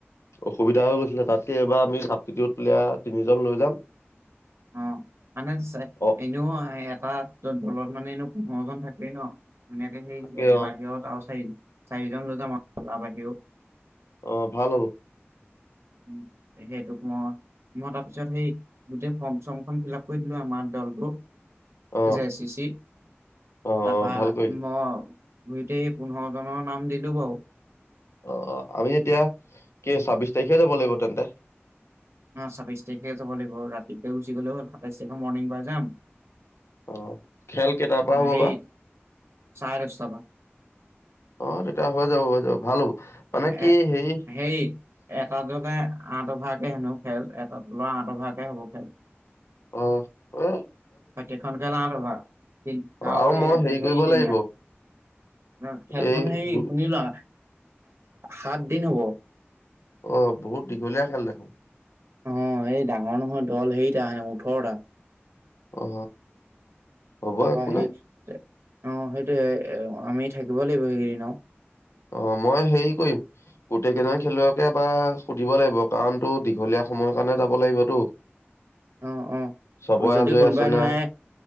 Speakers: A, on the left; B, on the right.
A: অসুবিধা হৈ গৈছিলে, তাতকে এইবাৰ আমি চাবছিতিউত প্লেয়াৰ তিনিজন লৈ যাম।
B: অ মানে
A: অ
B: এনেও এটা দলত মানে এনেও পোন্ধৰ জন থাকেই ন ধুনীয়াকে সেই
A: তাকে অ
B: বাহিৰত আৰু চাৰি চাৰিজন লয় যাম আৰু তাৰ বাহিৰেও।
A: অ ভাল হ'ব।
B: উ সেইটোক মই মই তাৰপিছত সেই গোটেই ফৰ্ম চৰ্মখন ফিল আপ কৰি দিলো আমাৰ দলটোক
A: অ
B: জে চিচি
A: অ
B: তাৰপা
A: ভাল কৰিলি
B: ম গতেই পোন্ধৰ জনৰ নাম দিলো বাৰু।
A: অ আমি এতিয়া কি ছাব্বিশ তাৰিখে যাব লাগিব তেন্তে।
B: অ ছাব্বিশ তাৰিখে যাব লাগিব ৰাতিকে গুচি গ'লে হ'ল সাতাইছ তাৰিখে মৰ্ণিং পাই যাম।
A: অ খেল কেইটাৰ পৰা হ'ব
B: সেই
A: বা।
B: চাৰে দহটা পৰা
A: অ তেতিয়া হৈ যাব হৈ যাব। ভাল হ'ব মানে কি
B: এ
A: হেৰি
B: হেই এটা দলে আঠ অভাগে হেনো খেল এটা লৰা আঠ অভাগে হ'ব খেল।
A: অ উ।
B: বাকীখন খেল আঠ অভাৰ তাকো
A: আৰু
B: এই
A: মই হেৰি
B: হেইদিনীয়া
A: কৰিব লাগিব
B: খেলখন
A: এই
B: হে
A: গো-
B: শুনি লোৱা সাত দিন হ'ব।
A: অ বহুত দীঘলীয়া খেল দেখোন।
B: অ এই ডাঙৰ নহয় দল হেৰিটা সেনে ওঠৰটা।
A: অ হ'ব
B: তাৰপা
A: একো
B: সেই
A: নাই
B: অ সেইটোবে আমি থাকিব লাগিব এইকেইদিন আৰু। <unintelligible>
A: অ মই হেৰি কৰিম গোটেই কেইজন খেলুৱৈকে বা সুধিব লাগিব কাৰণ তো দীঘলীয়া সময়ৰ কাৰণে। যাব লাগিবতো।
B: অহ অহ
A: চবৰে
B: যদি
A: আজৰি
B: কোনোবাই
A: আছে নাই
B: নোৱাৰে